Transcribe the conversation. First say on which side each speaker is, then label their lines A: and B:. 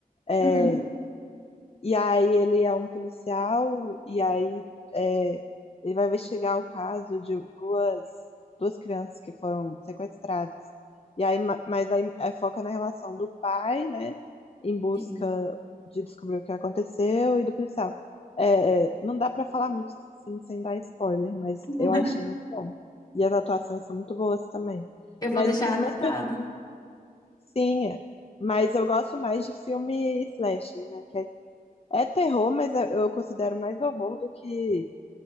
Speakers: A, on the left; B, on the left.
A: É,
B: Uhum.
A: E aí ele é um policial, e aí é, ele vai investigar o caso de duas, duas crianças que foram sequestradas. E aí, ma- mas aí é, foca na relação do pai, né? Em busca
B: Sim.
A: de descobrir o que aconteceu, e do policial. É, é, não dá pra falar muito assim, sem dar spoiler, mas
B: <laughs>
A: eu achei muito bom. E as atuações são muito boas também.
B: Eu
A: Mas
B: vou deixar
A: os meus
B: anotado.
A: perfis, sim, é. mas eu gosto mais de filme slasher, né? É terror, mas eu eu considero mais horror do que